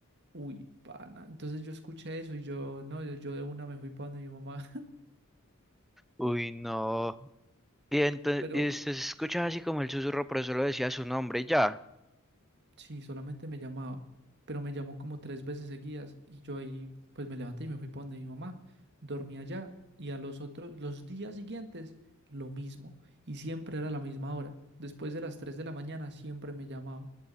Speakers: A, on the right; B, in the centre.
A: Uy, pana. Entonces yo escuché eso y yo, no, yo, yo de una me fui para donde mi mamá,
B: Uy, no. Y entonces
A: <laughs> pero
B: y se escuchaba así como el susurro, pero solo decía su nombre y ya.
A: Sí, solamente me llamaba, pero me llamó como tres veces seguidas y yo ahí pues me levanté y me fui para donde mi mamá. Dormí allá y a los otros, los días siguientes, lo mismo. Y siempre era la misma hora. Después de las 3 de la mañana siempre me llamaba.